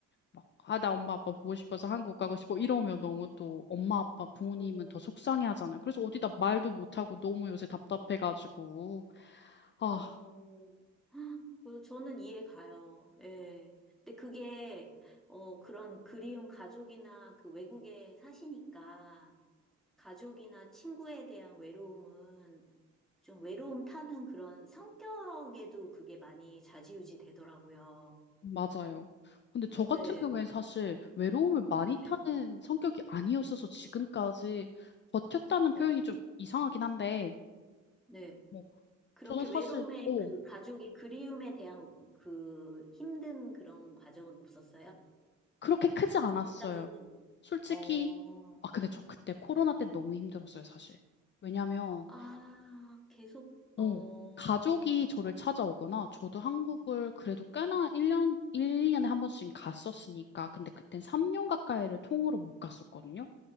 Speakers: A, on the left; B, in the centre.
A: 막, 아, 나 엄마 아빠 보고 싶어서 한국 가고 싶어. 이러면 너무 또 엄마 아빠 부모님은
B: 어,
A: 더 속상해 하잖아요. 그래서 어디다 말도 못하고 너무 요새 답답해가지고. 아,
B: 어. 그 저는 이해 가요. 예. 근데 그게, 어, 그런 그리운 가족이나 그 외국에 사시니까 가족이나 친구에 대한 외로움은 좀 외로움 타는 그런 성격에도 그게 많이 좌지우지 되더라고요.
A: 맞아요. 근데 저 같은
B: 네,
A: 경우엔 사실 외로움을 많이 타는
B: 네,
A: 성격이 아니었어서 지금까지 버텼다는
B: 네,
A: 표현이 좀 이상하긴 한데,
B: 네.
A: 뭐,
B: 그렇게
A: 저는 사실,
B: 외로움에
A: 어,
B: 그 가족의 그리움에 대한 그 힘든 그런 과정은 없었어요?
A: 그렇게 크지 않았어요.
B: 지금까지는.
A: 솔직히,
B: 어,
A: 아, 근데 저 그때 코로나 때 너무 힘들었어요, 사실. 왜냐면,
B: 아, 계속,
A: 어,
B: 어,
A: 가족이 저를 찾아오거나, 저도 한국을 그래도 꽤나 1년, 1, 2년에 한 번씩 갔었으니까, 근데 그땐 3년 가까이를 통으로 못 갔었거든요.